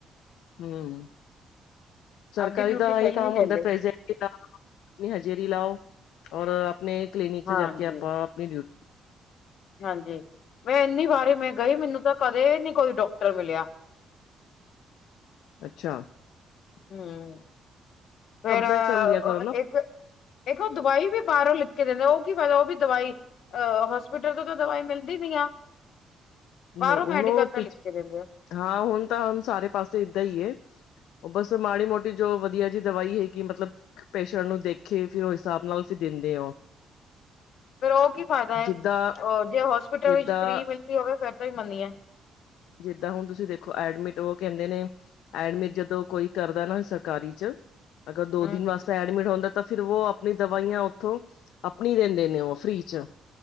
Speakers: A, on the left; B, on the left.
A: ਹੁੰ, ਸਰਕਾਰੀ
B: ਆਪਦੀ ਡਿਊਟੀ
A: ਦਾ
B: ਸਹੀ
A: ਐਈ ਕੰਮ
B: ਨਹੀਂ
A: ਹੁੰਦੈ
B: ਦਿੰਦੇ
A: ਪ੍ਰੇਜੇਟ ਆਪਨੀ ਹਜੇਰੀ ਲਾਓ, ਔਰ ਆਪਨੇ ਕਲੀਨਿਕ ਚ
B: ਹਾਂਜੀ
A: ਜਾ ਕੇ, ਆਪਾਂ ਆਪਨੀ ਡਿਊਟੀ
B: ਹਾਂਜੀ, ਮੈਂ ਐਨੀ ਵਾਰੀ ਮੈਂ ਗਈ, ਮੈਨੂੰ ਤਾਂ ਕਦੇ ਨੀ ਕੋਈ ਡਾਕਟਰ ਮਿਲਿਆ।
A: ਅੱਛਾ।
B: ਹੂੰ, ਫੇਰ
A: ਕੰਪਲੇਂਟ ਕਰ ਲਿਆ ਕਰੋ ਨਾ
B: ਇੱਕ ਦੇਖੋ ਦਵਾਈ ਵੀ ਬਾਰੋਂ ਲਿਖ ਕੇ ਦੇਂਦੇ ਐ, ਓਹ ਕੀ ਫੈਦਾ ਓਹ ਵੀ ਦਵਾਈ ਅ ਹੋਸਪਿਟਲ ਤੋਂ ਤਾਂ ਦਵਾਈ ਮਿਲਦੀ ਨੀ ਆ। ਬਾਰੋਂ
A: ਨਹੀਂ ਹੁਣ
B: ਮੈਡੀਕਲ
A: ਉਹ
B: ਤੇ
A: ਪਿੱਛ
B: ਲਿਖ ਕੇ ਦੇਂਦੇ ਐ।
A: ਹਾਂ, ਹੁਨ ਤਾਂ ਹੁਨ ਸਾਰੇ ਪਾਸੇ ਇਦਾਂ ਈ ਏ। ਓਹ ਬਸ ਮਾੜੀ ਮੋਟੀ ਜੋ ਵਦੀਆ ਜਿ ਦਵਾਈ ਹੈਗੀ ਏ ਮਤਲਬ ਪੇਸ਼ੈਂਟ ਨੂੰ ਦੇਖੇ ਫੇਰ ਓਹ ਹਿਸਾਬ ਨਾਲ ਅਸੀਂ ਦੇਂਦੇ ਹੋ।
B: <inaudible> ਫੇਰ ਓਹ ਕੀ ਫਾਇਦਾ ਏ,
A: ਜਿੱਦਾਂ
B: ਓ ਜੇ ਹੋਸਪਿਟਲ
A: ਜਿੱਦਾਂ
B: ਵਿੱਚ ਫ੍ਰੀ ਮਿਲਦੀ ਹੋਵੇ ਫੇਰ ਤੇ ਮੰਨੀਏ।
A: ਜਿੱਦਾਂ ਹੁਨ ਤੁਸੀਂ ਦੇਖੋ ਐਡਮਿਟ ਓਹ ਕੈਂਦੇ ਨੇ ਐਡਮਿਟ ਜਦੋਂ ਕੋਈ ਕਰਦਾ ਨਾ ਸਰਕਾਰੀ ਚ, ਅਗਰ ਦੋ
B: ਹੂੰ
A: ਦਿਨ ਵਾਸਤੇ ਤੇ ਐਡਮਿਟ ਹੁੰਦਾ ਤਾਂ ਫਿਰ ਵੋ ਆਪਨੀ ਦਵਾਈਆਂ ਓਥੋਂ ਆਪਨੀ ਦੇਂਦੇ ਨੇ ਓਹ, ਫ੍ਰੀ ਚ।